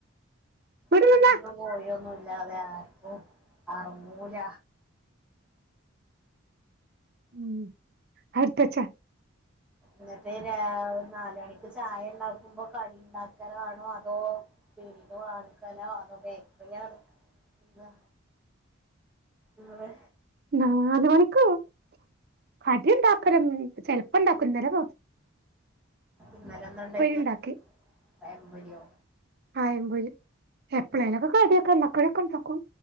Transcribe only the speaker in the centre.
ഈ
മീനും കോയിയൊന്നുല്ലാതെ ആർക്കും അറങ്ങൂല.
ന്നട്ട് രാ നാല് മണിക്ക് ചായ ണ്ടാക്കുമ്പോ കടിണ്ടാക്കലാണോ അതോ പീടീന്ന് വാങ്ങിക്കലോ അതോ ബേക്ക്പെയ്യാണ് ന്ന് ങ്ങള്
ഇന്നലെന്താണ്ടാക്കിയെ
പയംപൊരിയോ